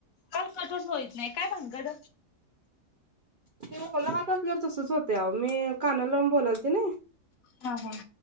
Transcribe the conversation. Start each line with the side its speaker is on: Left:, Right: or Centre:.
Left: काल कटून होईत नाही काय भांगड?
Right: ते ओला हात असल्या वर तसचं होतेय मी
Left: हा हा